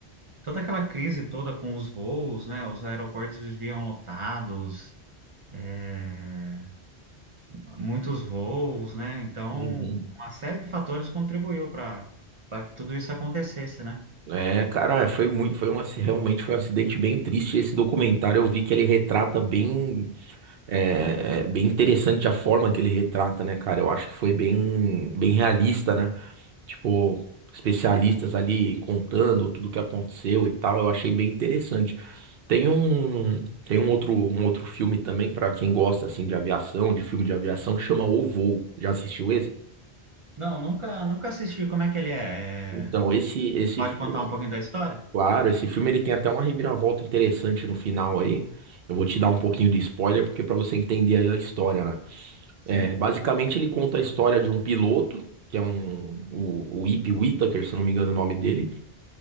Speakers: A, on the right; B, on the right.
A: toda aquela crise toda com os voos, né? Os aeroportos viviam lotados, é, muitos voos, né? Então,
B: Uhum.
A: uma série de fatores contribuiu para para que tudo isso acontecesse, né?
B: É, cara, é, foi muito, foi um, aci- realmente foi um acidente bem triste. Esse documentário eu vi que ele retrata bem, é, é, bem interessante a forma que ele retrata, né, cara? Eu acho que foi bem, bem realista, né? Tipo, especialistas ali contando tudo o que aconteceu e tal. Eu achei bem interessante. Tem um, tem um outro, um outro filme também pra quem gosta assim de aviação, de filme de aviação, que chama O Voo. Já assistiu esse?
A: Não, nunca nunca assisti. Como é que ele é?
B: Então,
A: É,
B: esse, esse
A: Pode
B: filme
A: contar um pouquinho da história?
B: Claro, esse filme ele tem até uma reviravolta interessante no final aí. Eu vou te dar um pouquinho de spoiler, porque para você entender aí a história, né?
A: Sim.
B: É, basicamente, ele conta a história de um piloto, que é um, o, o Ip Whittaker, se eu não me engano o nome dele.